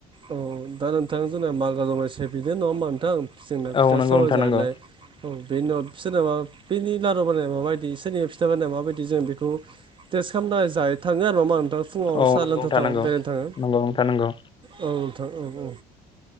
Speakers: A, on the right; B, on the left.
A: औ दा नोंथाङा जोंना मागो दमासि बिदिनो नङा होमबा नोंथां जोंना फिथा
B: औ नंगौ
A: सौराइ
B: नोंथां
A: जालायनाय
B: नंगौ
A: औ बेनि उनाव सोरनाबा बेनि लारु बानायनाया माबायदि सोरनि फिथा बानाया माबायदि जों बेखौ टेस्ट खामना जायो थाङो आरो नङा होनबा ओ फुङाव
B: औ
A: सा
B: नंगौ
A: लोंथाव
B: नोंथां
A: थाव
B: नंगौ
A: बेरायनो थाङो
B: नंगौ नोंथां नंगौ
A: औ औ औ औ